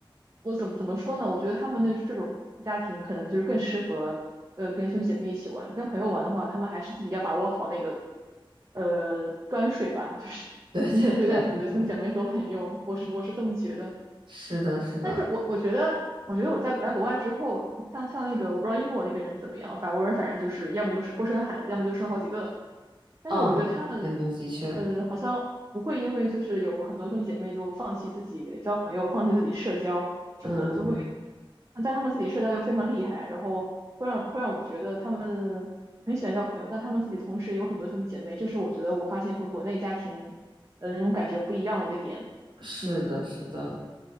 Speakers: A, on the right; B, on the right.
A: 我怎么怎么说呢？我觉得他们那这种家庭可能就是更适合，呃，跟兄弟姐妹一起玩。跟朋友玩的话，他们还是自己要把握好那个，呃，端水吧，就是 <laughs>
B: 对对对对对，
A: 平等对待自己的兄弟姐妹和朋友。我是我是这么觉得。
B: 是的，是的，
A: 但是我我觉得，我觉得我在来国外之后，像像那个，我不知道英国那边人怎么样，法国人反正就是要么不是不生孩子，要么就生好几个。但是我觉得他们，
B: 嗯，感觉的确，
A: 呃，好像不会因为就是有很多兄弟姐妹就放弃自己交朋友，放弃自己社交什么的，
B: 嗯嗯，
A: 就会在他们自己社交又非常厉害，然后会让会让我觉得他们很喜欢交朋友，但他们自己同时也有很多兄弟姐妹，这是我觉得我发现和国内家庭，呃，那种感觉不一样的一个点。
B: 是的，
A: 嗯，
B: 是的。